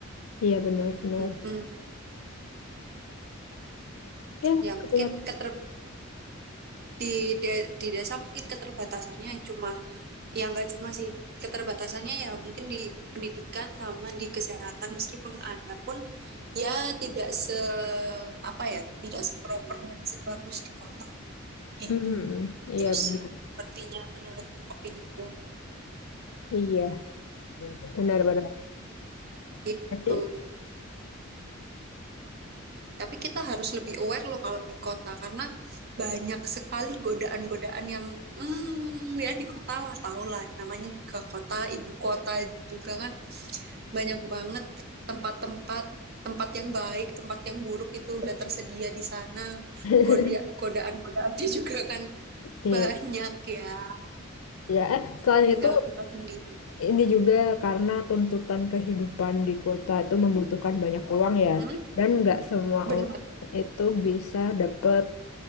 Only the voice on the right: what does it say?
Mm-mm.
Ya mungkin
keter di de- di desa mungkin keterbatasannya cuma ya nggak cuma sih keterbatasannya ya mungkin di pendidikan sama di kesehatan meskipun ada pun ya tidak se apa ya tidak seproper dan sebagus di kota. Oke.
Itu
sih sepertinya menurut opiniku
gitu.
Tapi kita harus lebih aware loh kalau di kota karena banyak sekali godaan-godaan yang hmm ya di kota lah tau lah namanya juga kota ibu kota juga kan banyak banget tempat-tempat tempat yang baik, tempat yang buruk itu udah tersedia di sana.
Goda- Godaan-godaannya <laughs> juga kan
banyak ya.
Tinggal
kita sendiri.
Mhm,
benar.